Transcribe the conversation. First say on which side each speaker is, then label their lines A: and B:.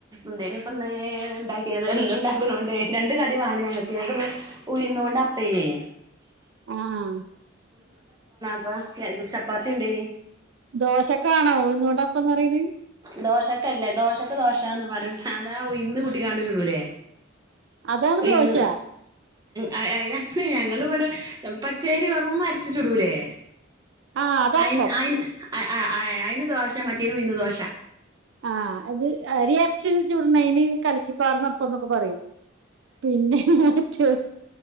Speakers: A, on the right (about 20°); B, on the right (about 70°).
A: ന്തേനി ഇപ്പ ഇണ്ടാക്കിയത് എന്നും ഉണ്ടാക്കണോണ്ടെ രണ്ട്കടിമാണം ഞങ്ങൾക്ക് ഞങ്ങക്കന്ന്. ഉയ്ന്നോണ്ട് അപ്പനെ.
B: ആഹ.
A: അപ്പ രണ്ടും ചപ്പാത്തി ഇണ്ടേനി.
B: ദോശക്കാണോ ഉഴന്നോണ്ട്‌ അപ്പന്ന് പറയണെ.
A: ദോഷക്കല്ല ദോശക് ദോശന്ന് പറയും സാധാ ഉയ്ന്ന് കൂട്ടിങ്ങാട്ട്ചുടുല്ലേ.
B: അതാണ്
A: ഉയന്ന്
B: ദോശ
A: ആ അയനാത്ത് ഞങ്ങൾ ഇവിടെ. പച്ചേരി വെറും അരച്ച്ചുടൂലേ.
B: ആഹ് അതപ്പം
A: അയിന് അയിന് ആ അയിന് ദോശ മറ്റേനു ഉയന്ന് ദോശ.
B: ആഹ അത് അരി അരച്ച് ചുടുണെന് കലിക്കിപ്പാർന്നപ്പന്നൊക്കെ പറയും. പിന്നെ ചെ